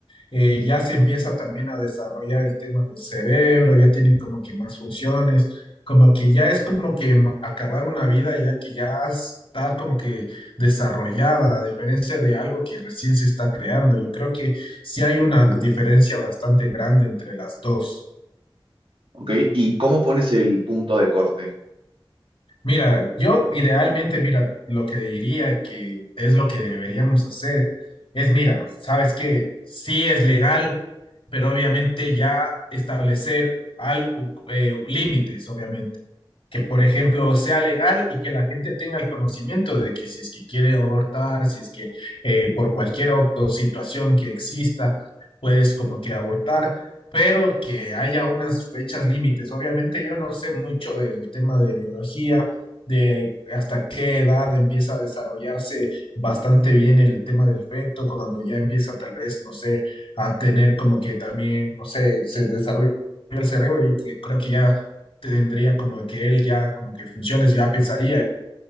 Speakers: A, on the left (about 80°); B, on the right (about 75°).
A: eh, ya se empieza también a desarrollar el tema del cerebro, ya tienen como que más funciones, como que ya es como que ma- acabar una vida ya que ya está como que desarrollada, a diferencia de algo que recién se está creando. Yo creo que sí hay una diferencia bastante grande entre las dos.
B: ¿ok? ¿Y cómo pones el punto de corte?
A: Mira, yo idealmente, mira, lo que diría que es lo que deberíamos hacer es, mira, sabes que sí es legal, pero obviamente ya establecer algo, eh, límites, obviamente. Que, por ejemplo, sea legal y que la gente tenga el conocimiento de que si es que quiere abortar, si es que eh, por cualquier otra situación que exista, puedes como que abortar pero que haya unas fechas límites. Obviamente yo no sé mucho del tema de biología, de hasta qué edad empieza a desarrollarse bastante bien el tema del feto, cuando ya empieza tal vez, no sé, a tener como que también, no sé, se desarrolla el cerebro, yo que- creo que ya tendría como que él ya como que funciones, ya pensaría